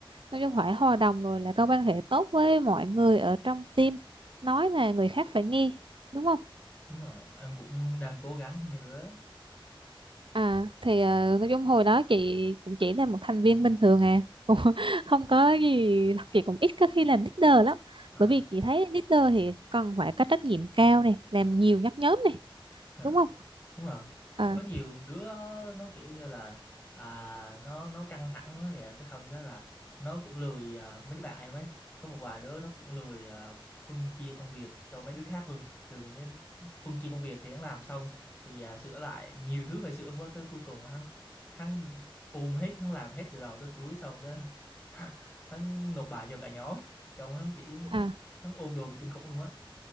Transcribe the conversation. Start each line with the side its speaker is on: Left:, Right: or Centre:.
Right: nói chung phải hòa đồng rồi là có quan hệ tốt với mọi người ở trong team nói là người khác phải nghe đúng không
Left: Đúng rồi, em cũng đang cố gắng như đứa
Right: À thì ờ, nói chung hồi đó chị cũng chỉ là một thành viên bình thường à cũng <laughs> không có gì chị cũng ít có khi làm leader lắm
Left: à,
Right: bởi vì chị thấy leader thì cần phải có trách nhiệm cao này làm nhiều nhắc nhóm này
Left: à
Right: đúng không
Left: đúng rồi
Right: à
Left: có nhiều đứa nó kiểu như là à, nó nó căng thẳng quá kìa cái xong cái là nó cũng lười à, mấy đứa bạn em ấy có một vài đứa nó cũng lười à, phân chia công việc cho mấy đứa khác luôn từ mấy phân chia công việc thì hắn làm xong thì à, sửa lại nhiều thứ phải sửa quá cái cuối cùng hắn hắn ôm hết hắn làm hết từ đầu tới cuối xong cái <laughs> hắn nộp bài cho cả nhóm trông hắn kiểu
Right: à
Left: hắn ôm đồm kinh khủng luôn á